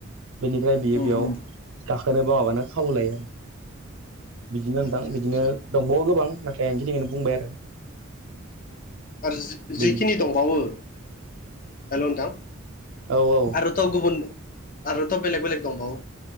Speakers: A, on the right; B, on the left.
A: बेनिफ्राय बियो
B: उम
A: बेयाव
B: उम
A: गाखोनोबो माबानो खाबु लायो आरो बिदिनो नोंथां
B: आदसा आदसा
A: बिदिनो दंबावो गोबां नाथाय आं बे खिनिखौनो बुंबाय आरो।
B: आरो
A: बेनि
B: जिखिनि दंबावो हेल' नोंथां।
A: औ औ
B: आरोथ' गुबुन आरोथ' बेलेग बेलेग दंबावो।